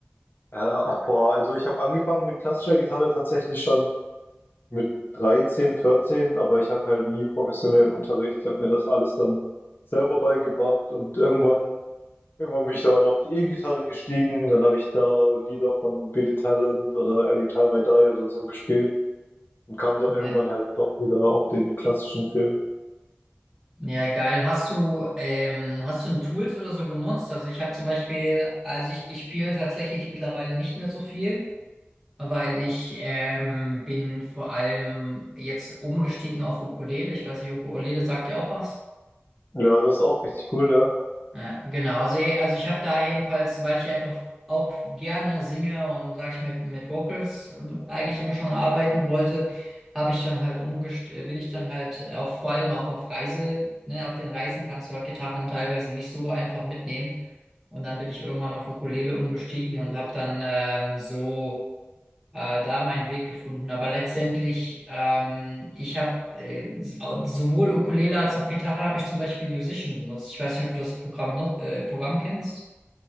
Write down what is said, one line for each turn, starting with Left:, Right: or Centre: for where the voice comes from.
Left: Äh, ach, boah, also ich habe angefangen mit klassischer Gitarre tatsächlich schon mit 13, 14, aber ich hatte halt nie professionellen Unterricht. Ich habe mir das alles dann selber beigebracht und irgendwann, irgendwann bin ich dann auf die E-Gitarre gestiegen. Dann habe ich da Lieder von Billy Talent oder Every Time I Die oder so gespielt und kam dann
Centre: Ja,
Left: irgendwann halt doch wieder auf den klassischen Film.
Centre: Ja, geil. Hast du, ähm, hast du ein Tools oder so genutzt? Also ich habe zum Beispiel, also ich, ich spiele tatsächlich mittlerweile nicht mehr so viel, weil ich ähm, bin vor allem jetzt umgestiegen auf Ukulele. Ich weiß nicht, Ukulele sagt dir auch was?
Left: Ja, das ist auch richtig cool, ja.
Centre: Ja, genau. Also, eh, also ich habe da jedenfalls, weil ich einfach auch gerne singe und sage ich mit, mit Vocals äh, eigentlich immer schon arbeiten wollte, habe ich dann halt umgest äh, bin ich dann halt auf vor allem auch auf Reise, ne, auf den Reisen kannst du halt Gitarren teilweise nicht so einfach mitnehmen. Und dann bin ich irgendwann auf Ukulele umgestiegen und habe dann ähm, so äh, da meinen Weg gefunden. Aber letztendlich, ähm, ich habe äh, sowohl Ukulele als auch Gitarre habe ich zum Beispiel Musician genutzt. Ich weiß nicht, ob du das Programm, not, äh, Programm kennst.